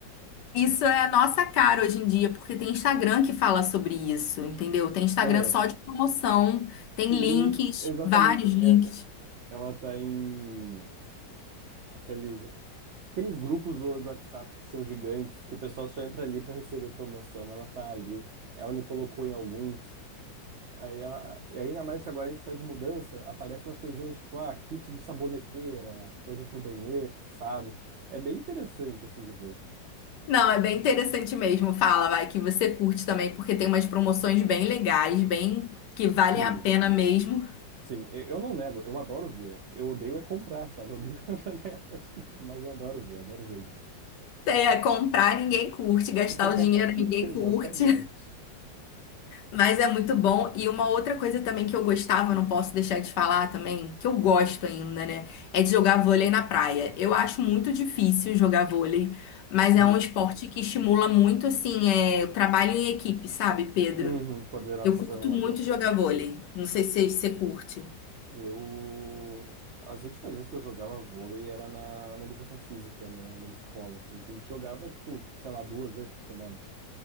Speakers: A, on the left (about 70°); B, on the right (about 65°).
A: isso é a nossa cara hoje em dia, porque tem Instagram que fala sobre isso, entendeu? Tem Instagram
B: Aham.
A: só de promoção, tem
B: Sim,
A: links,
B: exatamente.
A: vários links.
B: É- é- ela tá em aqueles, aqueles grupos do, do WhatsApp que são gigantes, que o pessoal só entra ali pra receber promoção. Ela tá ali. Ela me colocou em alguns. Aí ela- e ainda mais que agora a gente tá de mudança, aparecem umas coisinhas tipo, ah, kit de saboneteira, coisa pro banheiro, sabe? É bem interessante assim de ver.
A: Não, é bem interessante mesmo. Fala, vai, que você curte também, porque tem umas promoções bem legais, bem que valem
B: Sim.
A: a pena mesmo.
B: Sim, eu eu não nego, eu adoro ver. Eu odeio é comprar, sabe? Eu odeio <laughs> ganhar dinheiro, mas eu adoro ver, adoro ver mesmo.
A: É, comprar ninguém curte, gastar
B: <laughs>
A: o dinheiro ninguém
B: Exatamente.
A: curte. Mas é muito bom. E uma outra coisa também que eu gostava, não posso deixar de falar também, que eu gosto ainda, né? É de jogar vôlei na praia. Eu acho muito difícil jogar vôlei, mas
B: Uhum.
A: é um esporte que estimula muito, assim, é, o trabalho em equipe, sabe, Pedro?
B: Uhum, coordenação
A: Eu curto muito
B: ali.
A: jogar vôlei. Não sei se você curte.
B: Eu. As últimas vezes que eu jogava vôlei era na, na educação física, né? Na escola, assim, que a gente jogava, tipo, sei lá, duas vezes por semana.